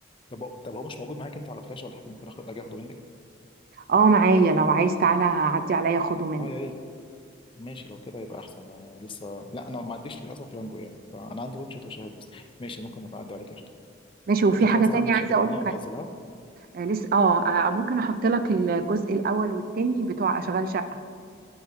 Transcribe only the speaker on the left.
طب طب هو مش موجود معاك انت على فلاش ولا حاجه ممكن اخد اجي اخده منك
اه يا ريت ماشي لو كده يبقى احسن انا لسه لا انا ما عنديش للاسف يانجو يعني فانا عندي واتشت وشاهد بس ماشي ممكن ابقى اعدي عليك
انت
اصلا
عندك
حاجات
تانية
منزلها